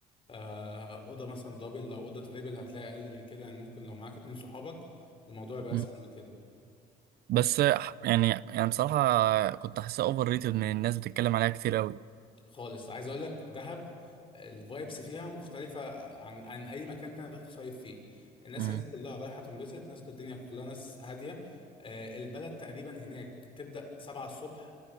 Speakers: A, on the left (about 30°); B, on the right (about 65°).
A: آه، أوضة مثلا دبل لو أوضة تريبل هتلاقي أقل من كده يعني ممكن لو معاك اتنين صحابك الموضوع يبقى
B: مم.
A: أسهل من كده
B: بس ح- يعني يعني بصراحة كنت حاسسها اوفر ريتد من الناس بتتكلم عليها كتير قوي
A: خالص عايز اقول لك دهب الفايبس فيها مختلفة عن عن اي مكان تاني تروح تصيف فيه الناس
B: مم.
A: هناك كلها رايحة تنبسط ناس الدنيا كلها ناس هادية آه، البلد تقريبا هناك تبدأ 7 الصبح